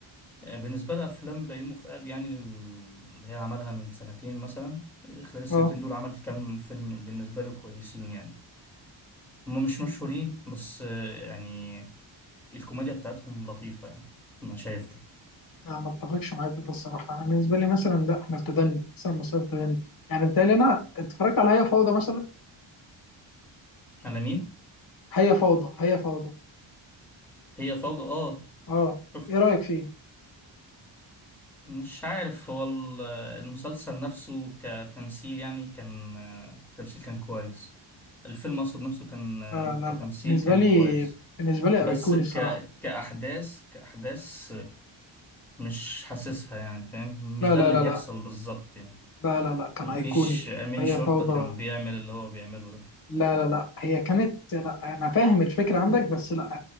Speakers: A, in the centre; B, on the left.
A: آه، بالنسبة لي أفلام بيومي فؤاد يعني اللي هي عملها من سنتين مثلا خلال السنتين
B: اه
A: دول عمل كام فيلم بالنسبة له كويسين يعني هما مش مشهورين بس آه، يعني الكوميديا بتاعتهم لطيفة يعني أنا شايف ده
B: لا ما اتفقش معاك في ده الصراحه انا بالنسبه لي مثلا لا احنا في تدني مثلا مصر في تدني يعني بتهيألي انا اتفرجت على هي فوضى مثلا
A: على مين؟
B: هي فوضى هي فوضى
A: هي فوضى آه
B: اه
A: شفت
B: ايه رايك فيه
A: مش عارف هو ال- المسلسل نفسه كتمثيل يعني كان تمثيل كان كويس الفيلم أقصد نفسه كان
B: آه لا
A: كتمثيل
B: لا بالنسبة
A: كان
B: لي
A: كويس
B: بالنسبة لي
A: بس
B: أيقوني
A: ك...
B: الصراحة
A: كأحداث كأحداث مش حاسسها يعني فاهم مش
B: لا
A: ده
B: لا
A: اللي
B: لا
A: بيحصل
B: لا
A: بالظبط يعني
B: لا لا لا كان
A: مفيش
B: أيقوني
A: أمين
B: هي
A: شرطة
B: فوضى
A: كان بيعمل اللي هو بيعمله ده
B: لا لا لا هي كانت لا أنا فاهم الفكرة عندك بس لا